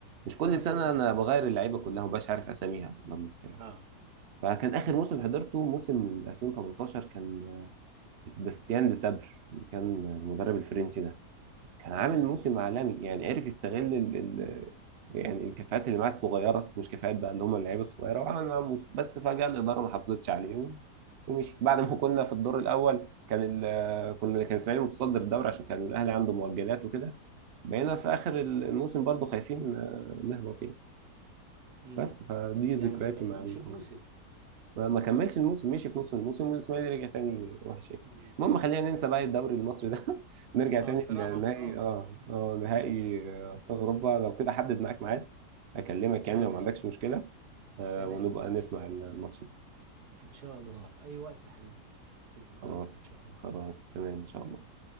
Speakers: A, on the right; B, on the right.
A: مش كل
B: اه
A: سنة
B: تقدر
A: أنا
B: ت...
A: بغير اللعيبة كلها ومبقاش
B: اه
A: عارف أساميها أصلا وبتاع
B: اه
A: فكان آخر موسم حضرته موسم من 2018 كان سباستيان دي سابر اللي كان المدرب الفرنسي ده كان عامل
B: اه
A: موسم عالمي يعني عرف يستغل ال ال يعني الكفاءات اللي معاه الصغيره مش كفاءات بقى اللي هم اللعيبه الصغيره وعمل معاهم موسم بس
B: مم.
A: فجاه الاداره ما حافظتش عليه و- ومشي بعد ما
B: مم.
A: كنا في الدور الاول كان ال كنا كان اسماعيلي متصدر الدوري عشان كان الاهلي عنده مؤجلات وكده بقينا في اخر الموسم برضه خايفين آه، نهبط يعني
B: مم.
A: بس فدي ذكرياتي
B: يعني ما كملوش
A: مع الكوره
B: الموسم
A: ما ما كملش الموسم مشي في نص الموسم والاسماعيلي رجع تاني وحش يعني
B: مم.
A: المهم خلينا ننسى بقى الدوري المصري ده <laughs> نرجع
B: اه
A: تاني
B: بصراحه
A: لنهائي
B: مرار
A: اه اه نهائي آه، ابطال اوروبا لو كده حدد معاك ميعاد اكلمك
B: ان شاء
A: يعني لو
B: الله
A: ما عندكش مشكلة آه
B: تمام
A: ونبقى نسمع الماتش ده
B: ان شاء الله في اي وقت يا حبيبي في انتظارك
A: خلاص
B: ان شاء الله
A: خلاص تمام ان شاء الله